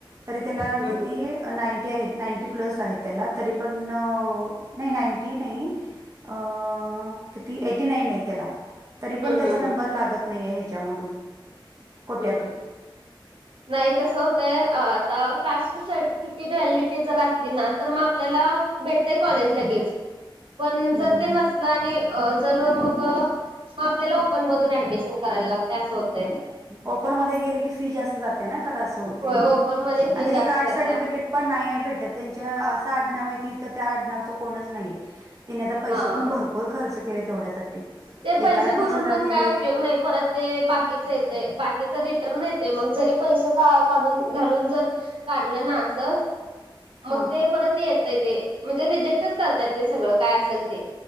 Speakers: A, on the right; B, on the right.
A: तरी त्याला
B: हम्म
A: किती. नाईंटी आहेत नाईंटी प्लस आहे त्याला तरी पण नाही नाईंटी नाही. अ किती एटी नाईन आहे त्याला. तरी पण
B: हम्म
A: त्याचा
B: हम्म
A: नंबर लागत नाही आहे ह्याच्यामधून कोट्यातून.
B: हम्म नाही कसं होतय आता. कास्ट सर्टिफिकेट व्हॅलिडिटी जर असली ना तर मग आपल्याला भेटतेय कॉलेज लगेच. पण
A: हम्म
B: जर
A: हम्म
B: ते नसल
A: हम्म
B: आणि. अ जर मग मग आपल्याला ओपन मधून ऍडमिशन करायला लागतय असं होतं.
A: ओपन मध्ये केल की फी जास्त जात्या ना खर अस होतय
B: होय ओपन मध्ये फी
A: आता जे
B: जास्त
A: कार
B: जात्या
A: सर्टिफिकेट पण नाही आहे भेटत त्यांच्या असं आडनाव आहे की इथ त्या आडनावच कोणच नाहीे. तिने आता पैसे
B: हा
A: पण भरपूर खर्च केले तेवढ्यासाठी.
B: ते पैसे
A: एकाला
B: भरून
A: तीस हजार
B: पण
A: दिले
B: काय उपयोग नाही परत ते बाकीच येते बाकीचा रिटर्न येत ते मग जरी पैसे का काढून घालून जर काढलं नस मग
A: हा
B: ते. परत येतय ते म्हणजे रजेक्टच करतात ते सगळं काय असेल ते.